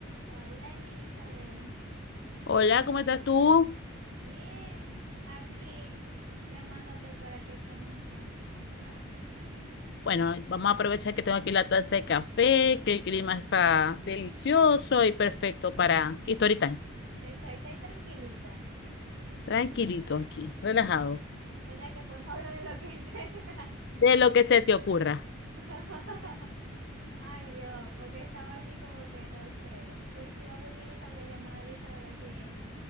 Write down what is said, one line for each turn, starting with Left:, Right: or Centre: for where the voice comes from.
Right: Hola Elizabeth,
Left: Hola, ¿cómo estás tú?
Right: bien, aquí llamándote para que echemos un cuantico un rato.
Left: Bueno, vamos a aprovechar que tengo aquí la taza de café, que el clima está delicioso y perfecto para y story time.
Right: Esa, ahí está tranquilita.
Left: Tranquilito aquí, relajado,
Right: Ay, O sea que podemos hablar de lo que <laughs> sea.
Left: de lo que se te ocurra.
Right: <laughs> Ay Dios, porque estaba aquí como que no sé, que estoy aburridita, voy a llamar a Elizabeth a ver si,